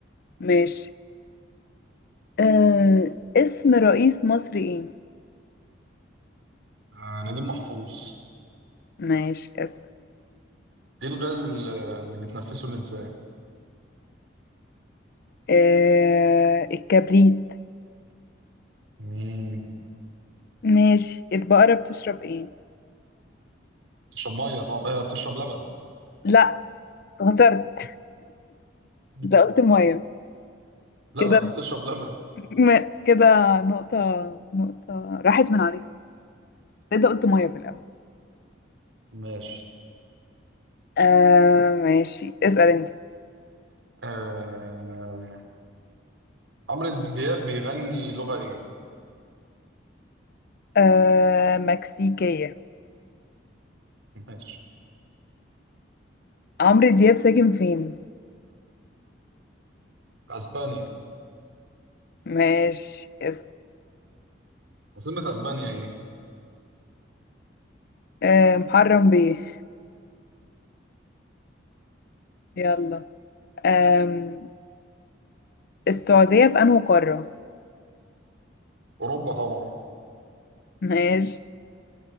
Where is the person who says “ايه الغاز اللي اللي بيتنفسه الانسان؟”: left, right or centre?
Right